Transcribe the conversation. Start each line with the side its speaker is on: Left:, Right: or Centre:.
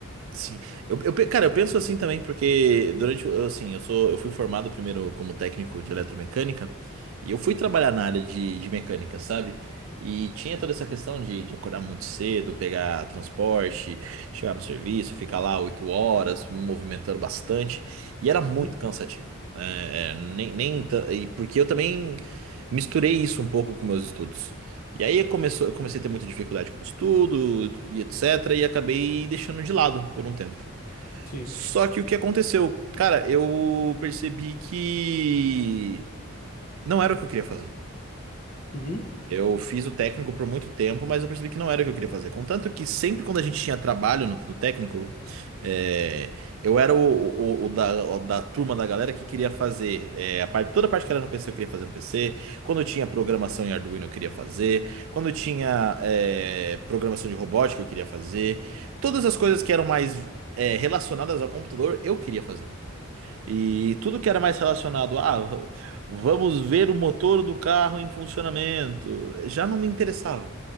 Right: Sim, eu, eu, pe- cara, eu penso assim também, porque durante, o- eu, assim, eu sou, eu fui formado primeiro como técnico de eletromecânica, e eu fui trabalhar na área de, de mecânica, sabe? E tinha toda essa questão de, de acordar muito cedo, pegar transporte, chegar no serviço, ficar lá oito horas, me movimentando bastante, e era muito
Left: Uhum,
Right: cansativo. É, nem, nem, ta- e porque eu também misturei isso um pouco com meus estudos. E aí começou, eu comecei a ter muita dificuldade com estudo e etc. E acabei deixando de lado por um tempo.
Left: sim.
Right: Só que o que aconteceu? Cara, eu percebi que não era o que eu queria fazer.
Left: Uhum.
Right: Eu fiz o técnico por muito tempo, mas eu percebi que não era o que eu queria fazer. Contanto que sempre quando a gente tinha trabalho no, no técnico, é, eu era o, o- o da, o da turma da galera que queria fazer. é, a parte, toda a parte que era no PC eu queria fazer no PC. Quando eu tinha programação em Arduino eu queria fazer. Quando eu tinha é, programação de robótica eu queria fazer. Todas as coisas que eram mais é, relacionadas ao computador eu queria fazer. E tudo que era mais relacionado a ah, vamos ver o motor do carro em funcionamento, já não me interessava.